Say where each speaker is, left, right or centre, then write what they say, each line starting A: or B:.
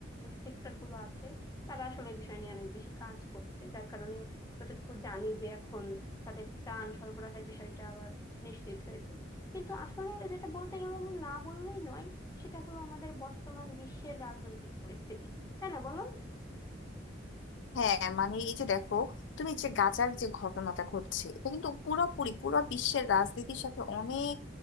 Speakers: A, on the left; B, on the left.
A: সেক্টর গুলো আছে তারা আসলে এই বিষয় নিয়ে অনেক বেশি কাজ করছে যার কারণে যতটুকু জানি যে এখন তাদের ত্রাণ সরবরাহের বিষয়টা আবার নিশ্চিত হয়েছে কিন্তু আসলে যেটা বলতে গেলে না বললেই নয় সেটা হলো আমাদের বর্তমান বিশ্বের রাজনৈতিক পরিস্থিতি তাই না বলো
B: হ্যাঁ মানে এই যে দেখো তুমি যে গাজার যে ঘটনাটা ঘটছে এটা কিন্তু পুরোপুরি পুরো বিশ্বের রাজনীতির সাথে অনেক